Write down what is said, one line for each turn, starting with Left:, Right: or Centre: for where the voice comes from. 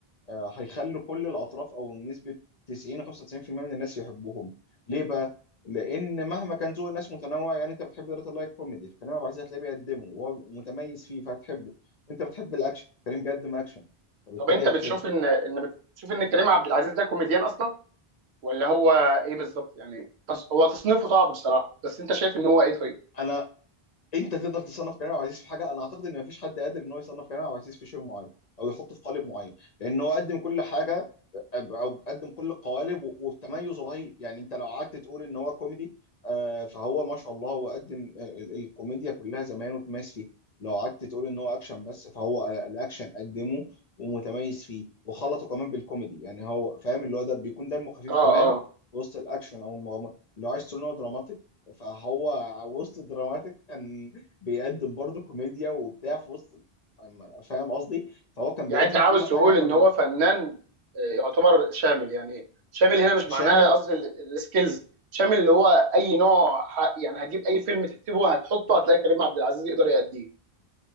Left: آه، هيخلوا كل الاطراف او نسبه 90 95% من الناس يحبوهم ليه بقى لان مهما كان ذوق الناس متنوع يعني انت بتحب دارة اللايت كوميدي فكريم عبد العزيز هتلاقيه بيقدمه وهو متميز فيه فهتحبه انت بتحب الاكشن كريم بيقدم اكشن فبالتالي
Right: طب انت بتشوف
Left: هتحبه
Right: ان ان بتشوف ان كريم عبد العزيز ده كوميديان اصلا ولا هو ايه بالظبط يعني تص... هو تصنيفه صعب بصراحه بس انت شايف ان هو ايه طيب
Left: انا انت تقدر تصنف كريم عبد العزيز في حاجه انا اعتقد ان مفيش حد قادر ان هو يصنف كريم عبد العزيز في شيء معين او يحطه في قالب معين لان هو قدم كل حاجه او قدم كل القوالب و- وبتميز رهيب يعني انت لو قعدت تقول ان هو كوميدي آه، فهو ما شاء الله هو قدم آه، ال- الكوميديا كلها زمان وتميز فيه لو قعدت تقول ان هو اكشن بس فهو الاكشن قدمه ومتميز فيه وخلطه كمان بالكوميدي يعني هو فاهم اللي هو ده بيكون دمه خفيف
Right: اه
Left: كمان وسط الاكشن او المغامره لو عايز تقول ان هو دراماتيك، فهو وسط دراماتيك كان بيقدم برضه كوميديا وبتاع في وسط أما- فاهم قصدي فهو كان
Right: يعني
Left: بيقدم
Right: انت عاوز
Left: كل حاجه
Right: تقول
Left: وكان
Right: ان هو فنان آه، يعتبر شامل يعني شامل هنا مش معناه
Left: شامل
Right: قصدي ال- السكيلز شامل اللي هو اي نوع ح- يعني هتجيب اي فيلم تكتبه هتحطه هتلاقي كريم عبد العزيز يقدر يأديه